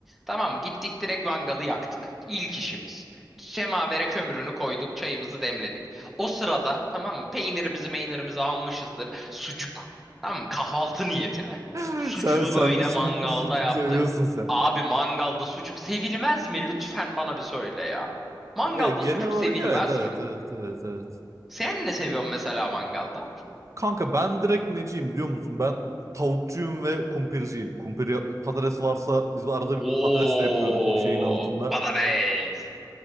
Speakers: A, in the centre; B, on the right.
A: Tamam mı? Gittik direkt mangalı yaktık. İlk işimiz. Semavere kömürünü koyduk, çayımızı demledik. O sırada tamam mı? Peynirimizi, meynirimizi almışızdır. Sucuk. Tamam mı? Kahvaltı niyetine.
B: <laughs>
A: Sucuğu
B: Sen, sen
A: böyle
B: bir sucuk,
A: mangalda
B: sucuk
A: yaptık.
B: seviyorsun sen.
A: Abi mangalda sucuk sevilmez mi? Lütfen bana bir söyle ya. Mangalda
B: Ya genel
A: sucuk
B: olarak
A: sevilmez
B: evet, evet,
A: mi?
B: evet, evet, evet.
A: Sen ne seviyorsun mesela mangalda?
B: Kanka ben direkt neciyim biliyor musun? Ben tavukçuyum ve kumpirciyim. Kumpir ya- patates varsa biz arada
A: Oo,
B: bir patates de yapıyorduk o şeyin altında.
A: badabez.